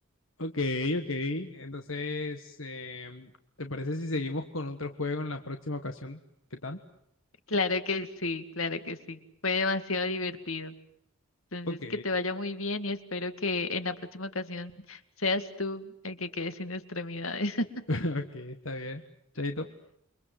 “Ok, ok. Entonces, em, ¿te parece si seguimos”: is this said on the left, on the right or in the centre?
Left